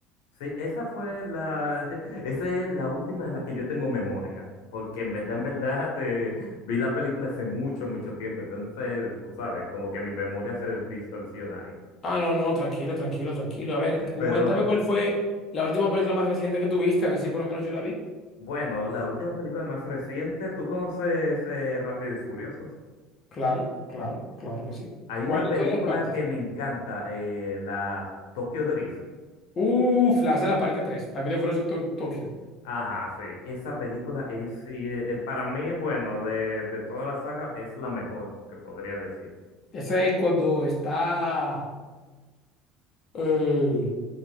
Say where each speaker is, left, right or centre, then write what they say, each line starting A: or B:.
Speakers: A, on the left; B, on the left.
A: Sí, esa fue la, <laughs> esa es la última de la que yo tengo memoria, porque en verdad, en verdad, <laughs> te- vi la película hace mucho, mucho tiempo, entonces, tú sabes, como que mi memoria se distorsiona ahí.
B: Ah, no, no, tranquilo, tranquilo, tranquilo. A ver, coméntame
A: Pero
B: cuál
A: eh,
B: fue la última película más reciente que tuviste, a ver si por lo menos yo la vi.
A: bueno, la última película más reciente, ¿tú conoces eh, Rápido y Furioso?
B: Claro, claro, claro que sí.
A: Hay
B: ¿Cuál
A: una
B: de
A: película
B: todas las partes?
A: que me encanta, eh, la Tokyo Drift.
B: Uf, la hace la parte 3, Rápido y Furioso To- Tokio.
A: Ajá, sí. Esa película es, sí, eh, eh, para mí, bueno, de, de toda la saga, es la mejor que podría decir.
B: Ese es cuando está... eh,